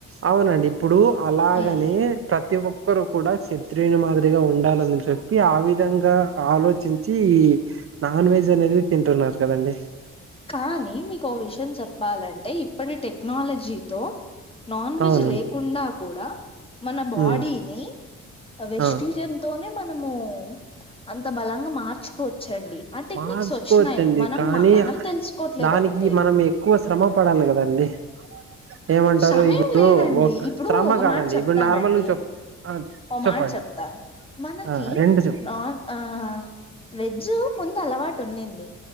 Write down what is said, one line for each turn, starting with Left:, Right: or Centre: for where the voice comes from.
Right: అవునండి ఇప్పుడు అలాగనే
Left: ఉమ్
Right: ప్రతి ఒ. ఒక్కరు కూడా, శత్రియుని మాదిరిగా ఉండాలని చెప్పి ఆ విధంగా ఆలోచించి ఈ. నాన్ వెజ్ అనేదే తింటున్నారు కదండీ.
Left: కానీ మీకు ఓ విషయం చెప్పాలంటే ఇప్పటి టెక్నాలజీతో. నాన్ వెజ్
Right: అవునండి
Left: లేకుండా కూడా మన బాడీని.
Right: ఉమ్
Left: అ వెజిటిరియన్
Right: ఆ
Left: తోనే మనము అంత బలంగా మార్చుకో. చెడ్డి ఆ టెక్నిక్స్
Right: మార్చుకోవచ్చండి
Left: వొచ్చినాయి మనం
Right: కానీ
Left: మ మనం. తెలుసుకోవట్లేదు
Right: దానికి
Left: అంతే
Right: మనం ఎక్కువ శ్రమ పడాలి కద అండి ఏమంటారు
Left: సమయం
Right: ఇప్పుడు
Left: లేదండి
Right: ఒక
Left: ఇప్పుడు
Right: శ్రమ
Left: ఒక
Right: కాదండి
Left: మాట చెప్తానండి
Right: ఇప్పుడు నార్మల్ చెప్ ఆ
Left: ఓ
Right: చెప్పండి
Left: మాట చెప్తాన్ మనకి
Right: ఆ రెండు చెప్
Left: నాన్ ఆ... వెజ్జు ముందు అలవాటు ఉన్నింది